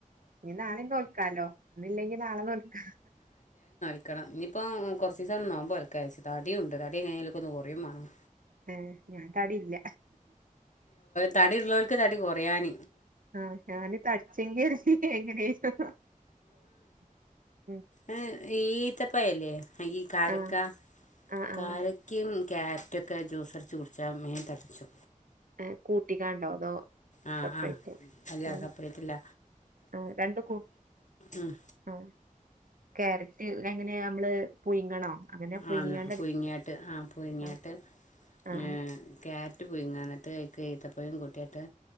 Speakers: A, on the right (about 75°); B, on the left (about 60°).
A: ഇനി നാളെയും തോൽക്കാലോ. ഇന്നില്ലെങ്കി നാളെ തോൽക്ക
B: വെക്കണം. ഇനിയിപ്പോ കൊറച്ചുവ്‌സം നോമ്പനോൽക്ക തടിയൊണ്ട്. തടിയെങ്ങനെ ഒന്ന്കൊറെയുമാറണം.
A: ഹ് ഞാൻ താടിയില്ല
B: തടി ഉള്ളവർക്ക് തടി കുറയാൻ
A: ആഹ് ഞാന് തടിച്ചെങ്കി എനിക്കെങ്ങനേലും <unintelligible>
B: ഏഹ് ഈ ഈത്തപ്പഴല്ലേ. ഈ കാരക്ക.
A: ആ ആ
B: കാരക്കയും
A: ആ
B: ക്യാരറ്റൊക്കെ ജ്യൂസടിച്ചുടിച്ചാൽ മേൻ തടിച്ചു.
A: ഏ കൂട്ടിക്കാണ്ടോ അതോ
B: ആഹ്
A: സെപ്പറേറ്റ്
B: ആഹ് അല്ല
A: ആ
B: സപ്പെറേറ്റല്ല.
A: ആ രണ്ട് കൂ
B: ഉം
A: ആ ക്യാരറ്റ് എങ്ങനാ നമ്മള്. പുഴുങ്ങണോ? അങ്ങനെ പുഴുങ്ങിക്കാണ്ട്
B: ആന്ന് പുഴുങ്ങ്യാട്ട്
A: അടി-
B: ആ പുഴുങ്ങ്യാട്ട്.
A: ആ ആ ആ
B: ങ് കാര്യാറ്റ് പുഴുങ്ങാനത്തേ. ഈത്തപ്പഴോം കൂട്ടിയിട്ട്